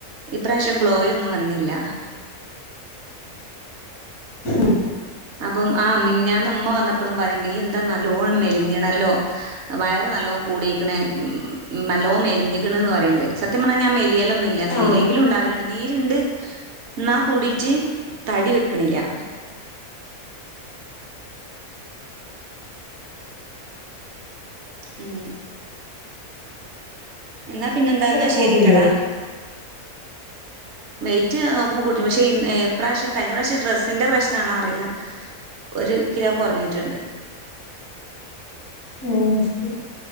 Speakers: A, on the right (about 60°); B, on the left (about 80°).
A: ഇപ്രാവ്ശ്യം ഗ്ലോയൊന്നും വന്നില്ല
B: മ്
A: അപം ആ മിഞാന്ന് ഉമ്മ വന്നപ്പളും പറീണ്ട് യ്യ് എന്താ ന്നല്ലോണം മേൽ ഞിണല്ലോ വയറ് ന്നല്ലോം കൂടി ക്ക്ണ് <unintelligible> ന്നല്ലോം മെൽഞിക്ക്ണ് ന്ന് പറീണ്ട് സത്യം പർഞ്ഞാ ഞാം മെലിയലൊന്നുല്ല ന്നീരെങ്കിലും
B: ആ ആ
A: ണ്ടാവല്ണ്ട് ന്നി ഈര്ണ്ട് ന്നാ കൂടീട്ട് തടി വെക്ക്ണില്ല അങ്ങനെ എന്നാ പിന്നെന്താ ഇന്നാ ശരിട്ടടാ
B: കൂടിയില്ലേ
A: വെയിറ്റ് നോക്കുമ്പോ പക്ഷെ ഇന്ന് ഈ ഇപ്രാവശ്യം കഴിഞ പ്രവിശ്യം ഡ്രസ്സിന്റെ പ്രശ്നാണോ അറില്ല ഒരു കിലോ കൊറഞ് റ്റ്ണ്ട്
B: മ്മ്